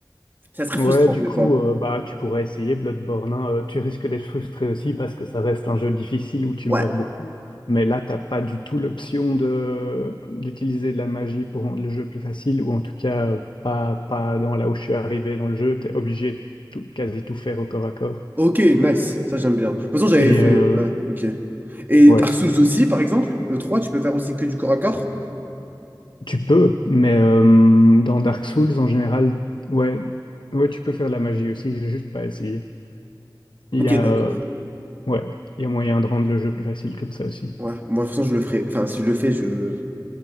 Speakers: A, on the right (about 25°); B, on the left (about 85°).
A: Ça serait
B: Ouais,
A: frustrant,
B: du
A: des
B: coup,
A: fois.
B: euh, bah, tu pourrais essayer Bloodborne. hein. Euh, tu risques d'être frustré aussi parce que ça reste un jeu difficile où tu
A: Ouais.
B: meurs beaucoup. Mais là, t'as pas du tout l'option de d'utiliser de la magie pour rendre le jeu plus facile, ou en tout cas euh, pas pas dans là où je suis arrivé dans le jeu. T'es obligé de tout, quasi tout faire au corps à corps.
A: Ok, nice, ça j'aime bien. De toute façon, j'avais
B: Et
A: fait.
B: euh,
A: Ouais, ok. Et
B: ouais,
A: Dark Souls aussi, par exemple, le 3, tu peux faire aussi que du corps à corps?
B: tu peux, mais euh, dans Dark Souls en général, ouais, ouais, tu peux faire de la magie aussi. J'ai juste pas essayé. Il
A: Ok,
B: y a
A: d'accord.
B: euh, ouais, il y a moyen de rendre le jeu plus facile comme ça aussi.
A: Ouais, moi de toute façon, je le ferai. Enfin, si je le fais, je.